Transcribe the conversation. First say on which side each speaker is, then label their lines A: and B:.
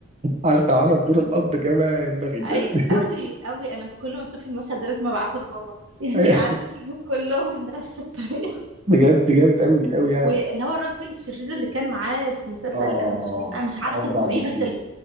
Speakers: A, on the right; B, on the right.
A: عارفه عمل دور الاب كما ينبغي بجد
B: اي
A: <laughs>
B: قوي قوي انا كل ما اشوف المشهد ده لازم ابعته لبابا <laughs> يعني
A: ايوه
B: عارف كلهم نفس الطريقه
A: بجد جامد قوي قوي يعني
B: واللي
A: مصطفى
B: هو الراجل الشرير اللي كان معاه في المسلسل
A: شعبان اه آه.
B: انا مش أنا مش عارفه
A: عمرو
B: اسمه
A: عبد
B: ايه
A: الجليل
B: بس ال-